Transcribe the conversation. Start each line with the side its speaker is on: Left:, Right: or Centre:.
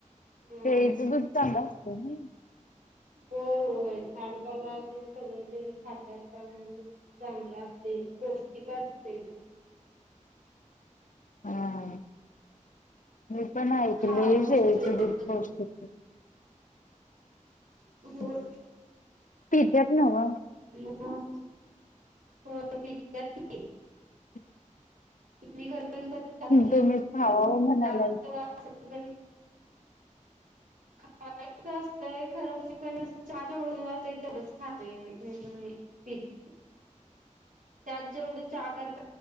Right: हम्म
Left: शेळीच दुध चांगल असतं नाय?
Right: होय होय, झाडपाला असेल सगळं ते खातात त्यामुळे ते, चांगलं असते. पौष्टिक असतय दुध ते.
Left: <unintelligible> ह मी पण ऐकले
Right: खावावंच
Left: शेळीचं
Right: लागतं
Left: दुध पौष्टिक
Right: दूध.
Left: <unintelligible> पित्यात नव.
Right: <unintelligible> होय, पित्यात की.
Left: <unintelligible>
Right: <unintelligible>
Left: तुम्हीच खावावं
Right: <unintelligible>
Left: म्हणालायस. <unintelligible>
Right: खायच असतय खरं, मी नुसत चहा जेवढं <unintelligible> अस तेवढच खातोय मी, नाही तर नाही पित.
Left: <unintelligible>
Right: त्यात जेवढं चहा करता